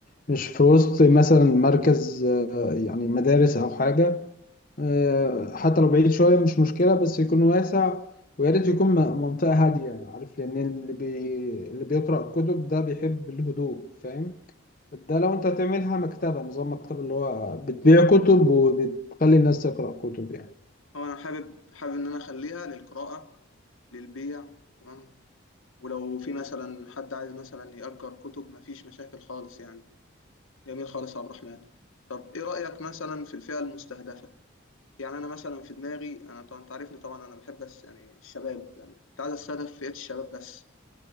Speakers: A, on the left (about 40°); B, on the left (about 85°).
A: مش في وسط مثلا مركز آه، يعني مدارس أو حاجة آه، حتى لو بعيد شوية مش مشكلة بس يكون واسع ويا ريت يكون م- منطقة هادية عارف لأن اللي بي... اللي بيقرأ كتب ده بيحب الهدوء فاهم ده لو أنت هتعملها مكتبة نظام مكتبة اللي هو بتبيع كتب وبتخلي الناس تقرأ كتب يعني
B: هو أنا حابب حابب إن أنا أخليها للقراءة للبيع تمام ولو في مثلا حد عايز مثلا يأجر كتب مفيش مشاكل خالص يعني جميل خالص يا عبد الرحمن طب ايه رأيك مثلا في الفئة المستهدفة يعني انا مثلا في دماغي انا طبعا انت عارفني طبعا انا بحب بس يعني الشباب يعني كنت عايز استهدف فئة الشباب بس